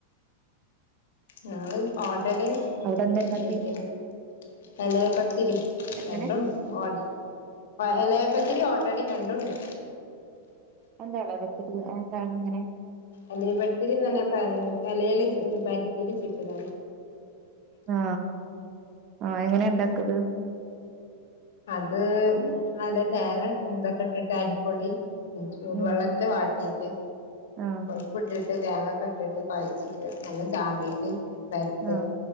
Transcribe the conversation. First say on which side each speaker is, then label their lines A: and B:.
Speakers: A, on the left; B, on the right.
A: ഞങ്ങൾ ഓട്ടടെയും
B: അവിടെ എന്താ ഇണ്ടാക്കി
A: ബീഫും തലേപത്തിരി
B: എങ്ങനെ
A: രണ്ടുണ്ട് ഓട് അ എലയപ്പത്തിരി ഓട്ടടേം രണ്ടുണ്ട്
B: എന്താ എലയപ്പത്തിരിന്ന് ആ സാധനം എങ്ങനെ?
A: എലിപ്പത്തിരി എന്നു പറഞ്ഞ ഇലയില് പരുത്തിയിട്ട് ചുടുക
B: ആ ആ എങ്ങനെ ണ്ടാക്കാത്?
A: അത് നല്ല തേങ്ങ ഇതൊക്കെ ഇട്ടിട്ട് അരിപ്പൊടി ചൂടുവെള്ള
B: ഉം
A: വാട്ടിയിട്ട്
B: ആഹ്
A: ഉപ്പ് ഇട്ടിട്ട് തേങ്ങക്കെ ഇട്ടിട്ട് കൊഴച്ചിട്ട് നല്ലോം ചാമ്പീട്ട് പരത്ത
B: ആഹ്